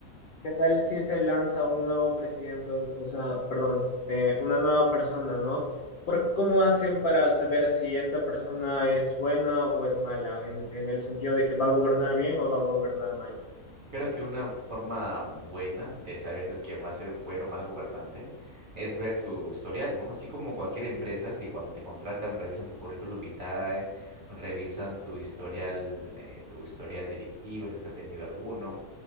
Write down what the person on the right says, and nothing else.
Creo que una forma buena de saber si es que va a ser un buen o mal gobernante es ver su historial, ¿no? Así como cualquier empresa que cuando te contratan revisan tu currículum vitae, revisan tu historial, eh, tu historial delictivo, si es que has tenido alguno,